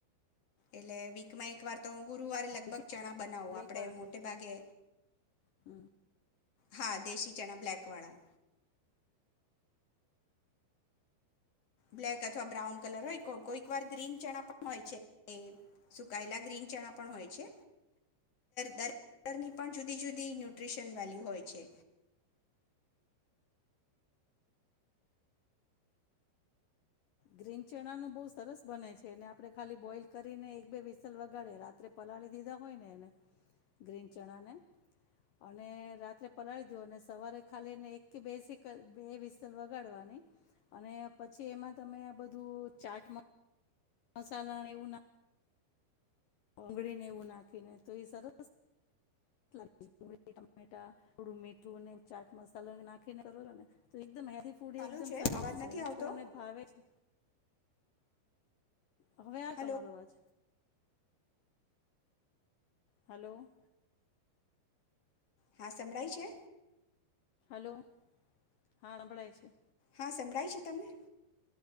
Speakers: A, on the left; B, on the left.
A: એટલે વિક મા એક વાર તો હ ગુરુવારે લગભગ
B: દેશી
A: ચણા બનાવું
B: બ્લેકવાળા
A: આપડે મોટે ભાગે.
B: હમ
A: હા દેશી ચણા બ્લલેક વાળા. બ્લેક અથવા બ્રાઉન કલર હોય કોઈક વાર ગ્રીન ચણા પણ હોય છે, સુકાયેલા ગ્રીન ચણા પણ હોય છે, દરેક કલરની પણ જુદી જુદી ન્યુટ્રીશન વેલ્યુ હોય છે.
B: ગ્રીન ચણાનું બહુ સરસ બને છે એને આપણે ખાલી બોઇલ કરીને એક બે વિસલ વગાડે રાત્રે પલાળી દીધા હોય ને એને, ગ્રીન ચણાને, અને રાત્રે પલાળી દો અને સવારે ખાલી એને એક કે બેસી બે વિસલ વગાડવાની, અને પછી એમાં તમે આ બધું ચા્ટમાં મસાલાને એવું ના કોંગળી ને એવું નાખીને તો એ સરસેળી ટમેટા <unintelligible> થોડું મીઠું ને ચાટ મસાલોને નાખીને કરો છો ને તો મ હેલ્ ફૂડ
A: ચાલુ
B: એકદમ સરસ
A: અવાજ
B: છે
A: નથી
B: અને
A: આવતો
B: છોકરાઓને ભાવે છે. અ હવે આાર
A: હલો
B: તમારો અવાજ. હલો.
A: હા સંભળાય છે?
B: હલો, હા સંભળાય છેે.
A: હા સંભળાય છે તમને?